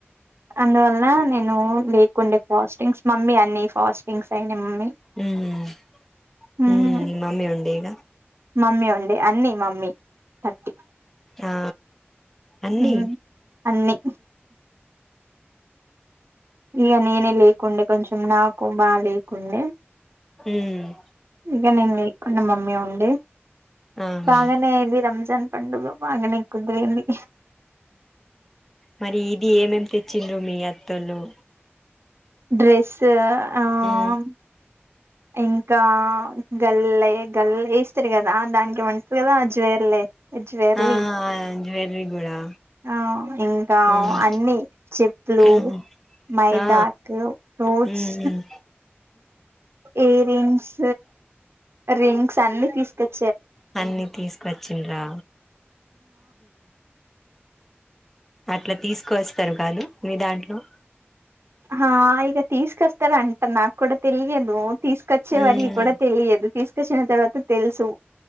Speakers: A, on the right; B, in the centre.
A: అందువల్ల నేను లేకుండే ఫాస్టింగ్స్ మమ్మీ అన్ని ఫాస్టింగ్స్ అయినాయి మమ్మీ
B: ఉమ్
A: మ్మ్
B: ఉమ్ మమ్మి ఉండే ఈగ
A: మమ్మీ ఉండే అన్నిీ మమ్మీ థర్టీ
B: ఆ అన్నీ
A: మ్మ్ అన్ని ఇక నేనే లేకుండే కొంచెం నాకు బా లేకుండే
B: ఉమ్
A: ఇక నేను లేకుడా మమ్మీ ఉండి
B: ఆహా
A: బగానే ఇది రంజాన్ పండుగ బాగానే కుదిరింది
B: మరి ఇది ఏమేం తెచ్చిండ్రు మీ అత్తలుు
A: డ్రెస్ ఆ
B: ఉమ్
A: ఇంకా గల్లే గల్ళ వేస్తారు కదా దానికి వంటది కదా జ్వేర్లే జ్వేర్లి
B: ఆహా జువెరీ కూడా
A: ఆ ఇంకా
B: మ్మ్
A: అన్నిీ చెట్లు
B: మ్మ్
A: మైదాకు
B: ఆ
A: ఫ్రూట్స్
B: మ్మ్
A: ఇయర్ రింగ్స్ రింగ్స్ అన్ని తీసుకొచ్చ
B: అన్ని తీసుకొచ్చిన్రా అట్లా తీసుకు వస్తారు కాదు మీ దాంట్లో
A: హ ఇక తీసుకస్తార అంట నాకు కూడా తెలియదు తీసుకొచ్చే
B: ఉమ్
A: వారికి కూడా తెలియదు తీసుకొచ్చిన తర్వాత తెలుసు